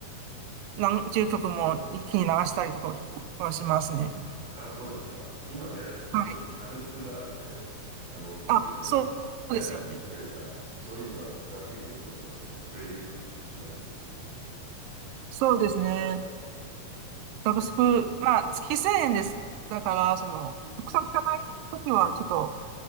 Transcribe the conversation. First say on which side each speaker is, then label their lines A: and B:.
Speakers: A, on the right (about 85°); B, on the right (about 65°).
A: 何十曲も一気に流したりとかはしますね。
B: ああ、そうですか。今ね、
A: はい。
B: 特にサブスクがあって、あの、コンピューターでね、
A: あ、そうそうですよね。
B: 楽に聞けるから、そういうのが楽にできるようになりましたよね。プレイリストとかも作りやすいし。
A: そうですね。
B: うん。
A: サブスク、
B: そっかそっか。
A: まあ、月1000円です。だから、その、
B: うん。
A: たくさん聞かないときは、ちょっと、